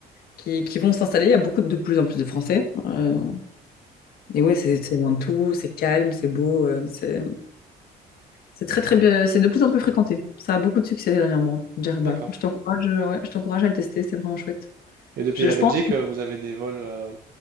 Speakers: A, on the left; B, on the right.
A: qui, qui vont s'installer. Il y a beaucoup de de plus en plus de Français. euh, et ouais, c'est c'est loin de tout. C'est calme, c'est beau. euh, c'est C'est très très bien, c'est de plus en plus fréquenté. Ça a beaucoup de succès dernièrement, Djerba.
B: d'accord.
A: Je t'encourage, euh, ouais, je t'encourage à le tester, c'est vraiment chouette.
B: Et depuis
A: Je,
B: la
A: je
B: Belgique,
A: pense,
B: euh, vous avez des vols euh,